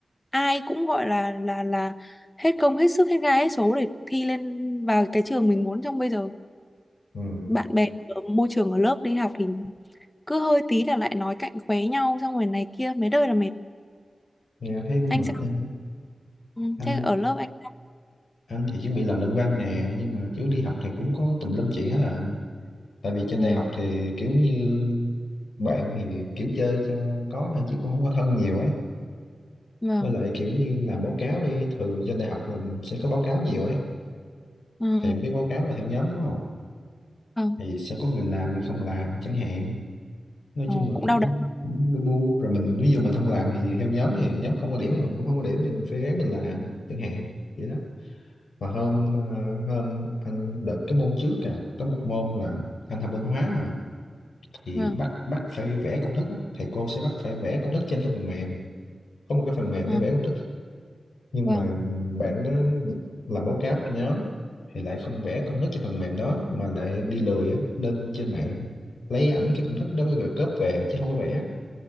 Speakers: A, on the left (about 20°); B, on the left (about 85°).
A: ai cũng gọi là là là hết công hết sức hết gai hết số để thi lên vào cái trường mình muốn trong bây giờ
B: ừ,
A: bạn bè ở môi trường ở lớp đi học thì cứ hơi tí là lại nói cạnh khóe nhau xong rồi này kia mấy đời là mệt
B: nghe thấy cũng
A: anh
B: mệt
A: sao
B: ha.
A: ừ,
B: Anh
A: thế ở lớp anh
B: anh thì chuẩn bị làm luận văn nè, nhưng mà kiểu đi học thì cũng có tùm lum chuyện hết à. tại vì trên
A: ừ
B: đại học thì kiểu như bạn thì kiểu chơi cho có thôi chứ cũng không có thân nhiều ấy
A: vâng
B: với lại kiểu như làm báo cáo đi thường trên đại học là sẽ có báo cáo nhiều ấy
A: ừ,
B: thì em biết báo cáo là theo nhóm đúng không
A: vâng
B: thì sẽ có người làm người không làm chẳng hạn nói
A: Ờ,
B: chung là
A: cũng
B: cũng,
A: đau đầu
B: cũng lu bu rồi mình ví dụ mình không làm thì theo nhóm thì nhóm không có điểm thì mình cũng không có điểm cho mình phải ráng mình làm chẳng hạn vậy đó mà hôm à, hôm anh đợt cái môn trước à có một môn là anh học bên hóa mà thì
A: vâng
B: bắt bắt phải vẽ công thức á. Thầy cô sẽ bắt phải vẽ công thức trên cái phần mềm có một cái phần mềm
A: ờ,
B: để vẽ công thức nhưng
A: vâng
B: mà bạn đó làm báo cáo cho nhóm thì lại không vẽ công thức trên phần mềm đó mà lại đi lười á, lên trên mạng lấy ảnh cái công thức đó rồi cóp về chứ không có vẽ